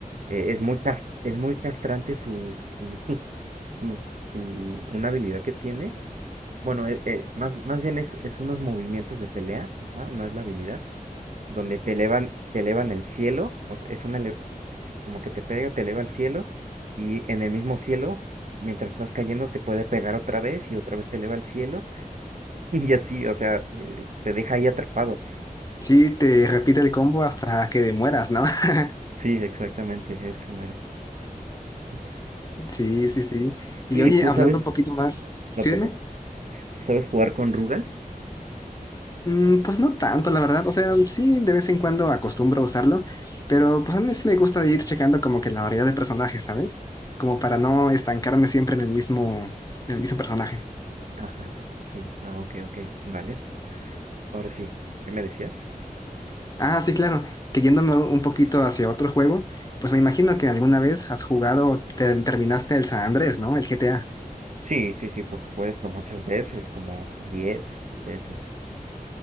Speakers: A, on the right; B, on the left.
A: eh, es muy, cas- es muy castrante su, su, <laughs> su, su- una habilidad que tiene. Bueno, eh, eh, más, más bien es, es unos movimientos de pelea, ajá, no es la habilidad donde te elevan, te elevan el cielo, o sea, es una ele- que como que te pega, te eleva el cielo, y en el mismo cielo, mientras estás cayendo, te puede pegar otra vez y otra vez te eleva el cielo, <laughs> y así, o sea, eh, te deja ahí atrapado.
B: Sí, te repite el combo hasta que mueras, ¿no? <laughs>
A: Sí, exactamente, ese mero. <laughs> Sí.
B: Sí, sí, sí.
A: Tú-
B: Y
A: ¿Y
B: oye,
A: tú
B: hablando
A: sabes?
B: un poquito más,
A: No,
B: sí,
A: perdón.
B: dime.
A: ¿Tú sabes jugar con Rugal?
B: Mm, Pues no tanto, la verdad. O sea, sí, de vez en cuando acostumbro a usarlo, pero pues a mí sí me gusta ir checando como que la variedad de personajes, ¿sabes? Como para no estancarme siempre en el mismo, en el mismo personaje.
A: Ajá. Sí. Ah, ok, ok. Vale. Ahora sí. ¿Qué me decías?
B: Ah, sí, claro, que yéndome un poquito hacia otro juego, pues me imagino que alguna vez has jugado o te- terminaste el San Andrés, ¿no? El GTA.
A: Sí, sí, sí, por supuesto, muchas veces, como 10 veces.